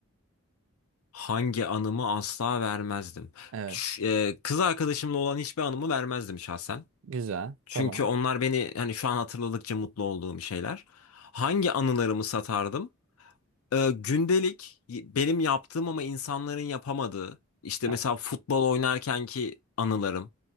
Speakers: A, on the left; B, on the right.
A: Hangi anımı asla vermezdim?
B: Evet.
A: Ş- e, kız arkadaşımla olan hiçbir anımı vermezdim şahsen.
B: Güzel.
A: Çünkü
B: Tamam.
A: onlar beni hani şu an hatırladıkça mutlu olduğum şeyler. Hangi anılarımı satardım? Ee, gündelik benim yaptığım ama insanların yapamadığı işte
B: Evet.
A: mesela futbol oynarken ki anılarım,